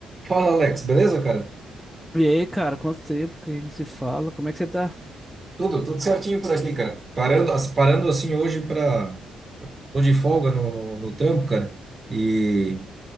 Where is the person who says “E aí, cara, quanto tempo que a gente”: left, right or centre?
Centre